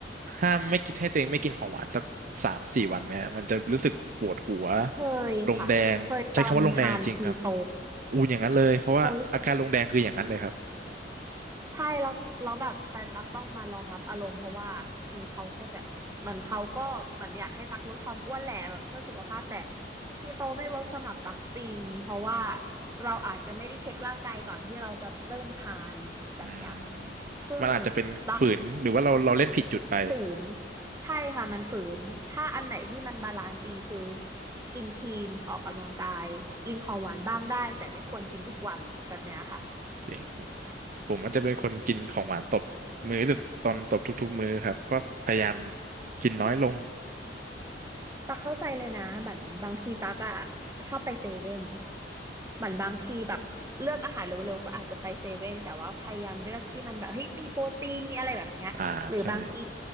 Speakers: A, on the right; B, on the right.
A: ห้ามไม่กินให้ตัวเองไม่กินของหวานสักสามสี่วันไหมฮะมันจะรู้สึกปวดหัว
B: เคยค่ะเคยตอนทานคีโต
A: ลงแดงใช้คำว่าลงแดงจริงๆครับอูนอย่างนั้นเลยเพราะว่าอาการลงแดงคืออย่างนั้นเลยครับ
B: เคย ใช่แล้วแล้วแบบแฟนตักต้องมารองรับอารมณ์เพราะว่าคือเขาก็แบบเหมือนเขาก็เหมือนอยากให้ตักลดความอ้วนแหละแบบเพื่อสุขภาพแต่คีโตไม่เวิร์กสำหรับตักจริงเพราะว่าเราอาจจะไม่ได้เช็คร่างกายก่อนที่เราจะเริ่มทานแบบเนี้ย
A: อืม
B: ซึ่ง
A: มันอาจจะเป็นฝืนหรือว่าเราเราเล่นผิดจุดไป
B: ตักฝืนใช่ค่ะมันฝืนถ้าอันไหนที่มันบาลานซ์จริงคือกินคลีนออกกำลังกายกินของหวานบ้างได้แต่ไม่ควรกินทุกวันแบบเนี้ยค่ะ
A: จริงครับผมอาจจะเป็นคนกินของหวานตบมื้อหรือตอนตบทุกๆมื้อครับก็พยายามกินน้อยลง
B: ตักเข้าใจเลยนะเหมือนบางทีตักอะชอบไปเซเว่นเหมือนบางทีแบบเลือกอาหารเร็วๆก็อาจจะไปเซเว่นแต่ว่าพยายามเลือกที่มันแบบเฮ้ยมีโปรตีนมีอะไรแบบเนี้ยหรือบางที
A: อ่าใช่